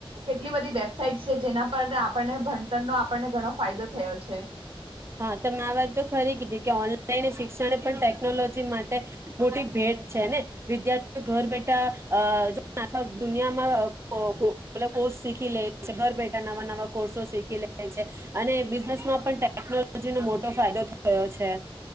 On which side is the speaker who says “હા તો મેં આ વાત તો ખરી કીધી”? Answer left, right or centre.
Right